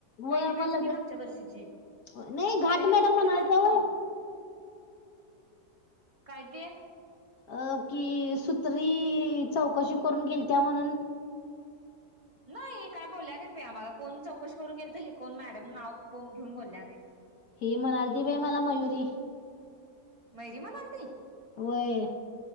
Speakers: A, on the left; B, on the right.
A: व्हय
B: पहिली बॅच
A: मला
B: होती मागच्या वर्षीची
A: नाही घाट
B: लगेच
A: मॅडम
B: कुठलं
A: म्हणालत्या
B: काय ग
A: व्हय
B: काय ते?
A: अ कि सुत्री चौकशी करून गेलतिया म्हणून.
B: नाही काय बोलल्या नाही आम्हाला कोण चौकशी करून घेल तर हे कोण मॅडम नाव ब घेऊन बोलल्या नाही
A: ही म्हणालती बाई मला मयुरी
B: मयरी म्हणालती.
A: व्हय